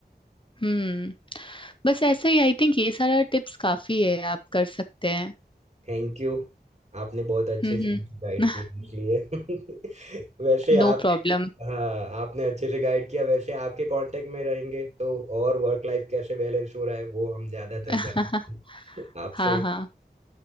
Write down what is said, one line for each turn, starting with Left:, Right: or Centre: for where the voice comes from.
Left: हम्म बस ऐसा ही आई थिंक ये सारा टिप्स काफी है आप कर सकते हैं
Right: Thank you आपने बहुत अच्छे
Left: हम्म
Right: से
Left: हम्म
Right: गाइड किया इसलिए <laughs> वैसे
Left: <laughs>
Right: आप
Left: No problem
Right: हाँ आपने अच्छे से गाइड किया वैसे आपके कांटेक्ट में रहेंगे तो और वर्क लाइफ कैसे बैलेंस हो रहा है वो हम ज्यादातर
Left: <laughs>
Right: जानते हैं आपसे
Left: हाँ हाँ